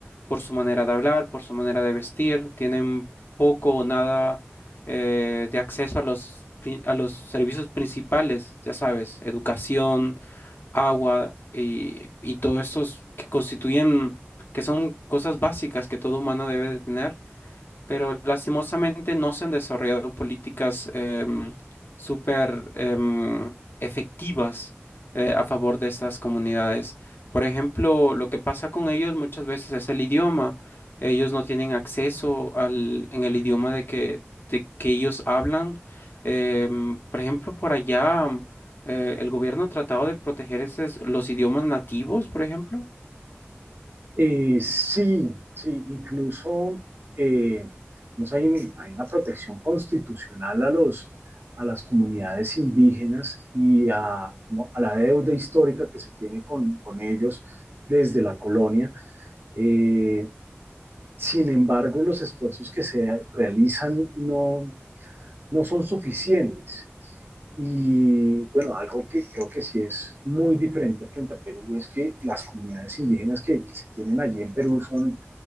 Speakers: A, on the left (about 50°); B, on the right (about 55°).
A: por su manera de hablar, por su manera de vestir, tienen poco o nada eh, de acceso a los, pri- a los servicios principales, ya sabes, educación, agua y, y todos estos que constituyen, que son cosas básicas que todo humano debe de tener pero lastimosamente no se han desarrollado políticas em, súper em, efectivas eh, a favor de estas comunidades. Por ejemplo, lo que pasa con ellos muchas veces es el idioma. Ellos no tienen acceso al, en el idioma de que, de que ellos hablan. Em, por ejemplo, por allá eh, el gobierno ha tratado de proteger esos, los idiomas nativos, por ejemplo.
B: Eh, sí, sí, incluso eh, pues hay, un- hay una protección constitucional a los, a las comunidades indígenas y a, como a la deuda histórica que se tiene con, con ellos desde la colonia. Eh, sin embargo, los esfuerzos que se realizan no, no son suficientes. Y bueno, algo que creo que sí es muy diferente frente a Perú es que las comunidades indígenas que, que se tienen allí en Perú son,